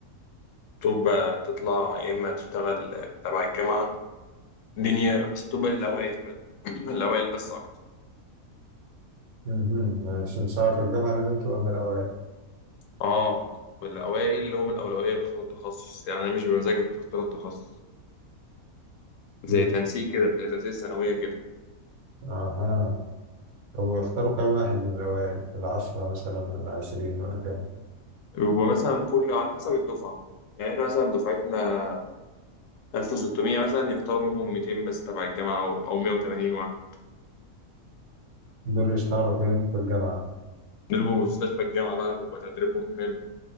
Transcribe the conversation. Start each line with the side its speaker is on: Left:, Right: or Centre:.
Left: تبقى تطلع يا اما تشتغل تبع الجامعه دي نيابه بس تبقى للاوائل بس <clears throat> الاوائل بس اكتر
Right: مهم. عشان تشتغل في الجامعة لازم تبقى من الأوائل
Left: اه والاوائل اللي هم الاولويه يختاروا التخصص يعني مش بمزاجك تختار التخصص زي
Right: مهم.
Left: تنسيق كده زي تنسيق الثانويه كده
Right: أها طب واختاروا كام واحد من الأوائل العشرة مثلا ولا عشرين ولا كام
Left: بيبقى مثلا كل على حسب الدفعه يعني احنا مثلا دفعتنا 1600 مثلا يختاروا منهم 200 بس تبع الجامعة أو أو 180 واحد
Right: دول يشتغلوا فين في الجامعة
Left: بيضربوا في مستشفى الجامعة بقى بيبقى تدريبهم حلو